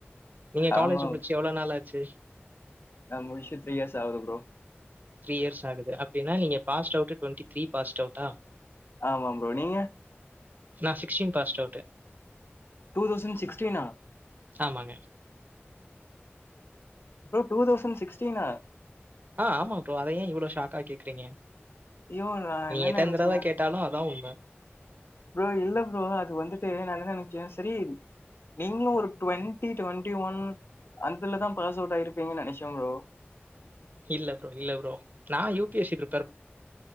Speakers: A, on the right; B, on the left.
A: நீங்க
B: ஆமா
A: காலேஜ் முடிச்சு எவ்ளவு நாள்ளாச்சு ச்சு
B: நா முடிச்சு த்ரீ இயர்ஸ் ஆவுது ப்ரோ
A: த்ரீ இயர்ஸ் ஆகுது அப்படின்னா நீங்க passed out twenty three passed அவுட்டா
B: ஆமாம் ப்ரோ நீங்க
A: நா sixteen passed out
B: two thousand சிக்ஸ்டீனா
A: ஆமாங்க
B: ப்ரோ டூ தௌசண்ட் சிக்ஸ்டீனா
A: ஆ ஆமா ப்ரோ அத ஏ இவ்வளோ ஷாக்கா கேக்குறீங்க
B: யோ
A: நீங்க
B: என்னன்ன
A: எத்தனை
B: நினைச்சுன்னா
A: தடவை கேட்டாலும் அதான் உண்மை
B: ப்ரோ இல்ல ப்ரோ அது வந்துட்டு நா என்ன நினைச் சரி நீங்களும் ஒரு டுவெண்டி டுவெண்டி ஒன் அந்தலதான் பாஸ் அவுட் ஆயிருப்பீங்கன்னு நினைச்சே ப்ரோ
A: இல்ல ப்ரோ இல்ல ப்ரோ நான் U P S C group